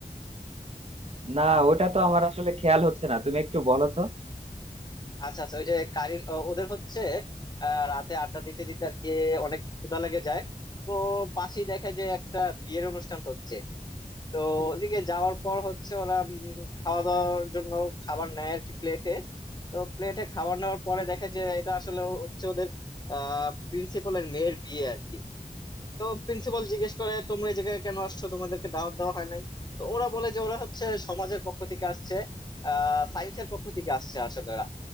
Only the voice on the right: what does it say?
না ওটা তো আমার আসলে খেয়াল হচ্ছে না তুমি একটু বলো তো